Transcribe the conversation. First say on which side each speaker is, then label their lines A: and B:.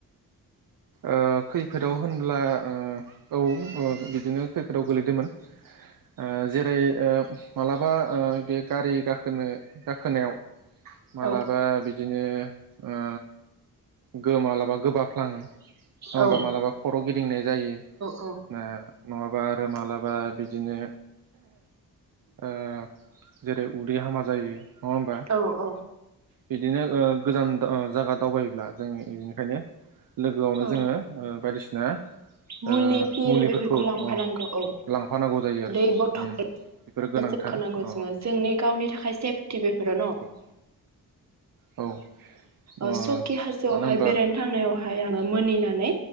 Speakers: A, on the right; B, on the right.
A: ओ खैफोदाव होनब्ला ओ औ ओं बिदिनो खैफोदाव गोलैदोंमोन ओ जेरै ओ मालाबा ओ बे गारि गाखोनो गाखोनायाव मालाबा
B: औ
A: बि बिदिनो ओ गो मालाबा गोबाफ्लाङो नङा होमबा
B: औ
A: मालाबा खर' गिदिंनाय जायो ओ
B: औ
A: नङाबा आरो मालाबा बिदिनो ओ जेरै उदै हामा जायो। नङा ओम्बा?
B: औ औ
A: बिदिनो ओ गोजान दा आ जागा दावबायोब्ला जों इनिखायनो लोगोआवनो
B: औ
A: जोङो ओ बायदिसिना
B: मुलि
A: ओ
B: पिल
A: मुलिफोरखौ
B: बेफोरखौ लांफानांगौ
A: अ
B: औ
A: लांफानांगौ जायो आरो
B: दै बथल
A: उम बेफोरो गोनांथार
B: जोबखानांगौ
A: अ
B: जोङो जोंनि गावनि थाखाय सेफटि बेफोरो न'
A: नंगौ औ मानो
B: ओ सकि हाजो
A: होनब्ला
B: ज'हाय बेरायनो थांनायावहाय ओमफाय आंङो मोनिनानै